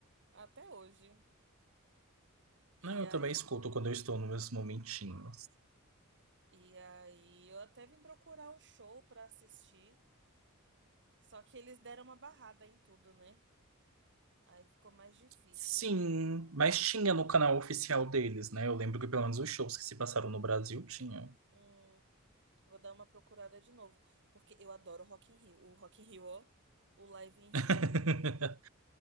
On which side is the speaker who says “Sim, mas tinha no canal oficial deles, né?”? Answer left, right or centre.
Right